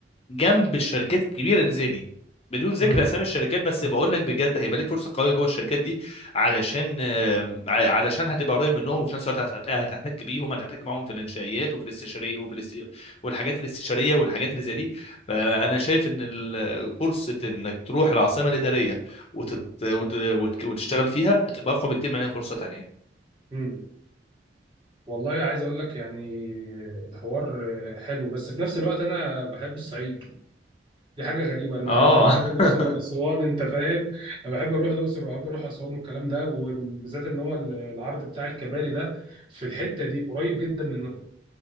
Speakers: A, on the left; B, on the right.
A: جنب الشركات الكبيره اللي زي دي بدون ذكر
B: امم
A: اسامي الشركات بس بقول لك بجد هيبقى ليك فرصه قويه جوه الشركات دي علشان آم، ع- علشان هتبقى قريب منهم وفي نفس الوقت هت- هتحتك بيهم هتحتك معاهم في الانشائيات وفي الاستشاريه وفي الاست... والحاجات الاستشاريه والحاجات اللي زي دي فانا شايف ان ال- فرصه انك تروح العاصمه الاداريه وتت... وت... وت... وتشتغل فيها هتبقى اقوى بكتير من اي فرصه تانيه
B: امم والله عايز اقول لك يعني الحوار آه، حلو بس في نفس الوقت انا بحب الصعيد دي حاجة غريبة أنا
A: اه
B: أنا بحب الأقصر
A: <laughs>
B: وأسوان أنت فاهم؟ أنا بحب أروح الأقصر وبحب أروح أسوان والكلام ده وبالذات إن هو ال- العرض بتاع الكباري ده في الحتة دي قريب جدا منهم